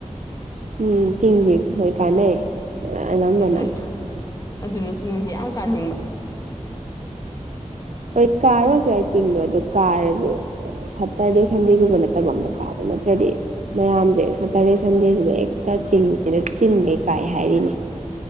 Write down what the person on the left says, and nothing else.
ꯑꯗꯨ ꯑꯗꯨꯅ ꯆꯤꯡꯁꯦ ꯌꯥꯝ ꯀꯥꯅꯤꯡꯕ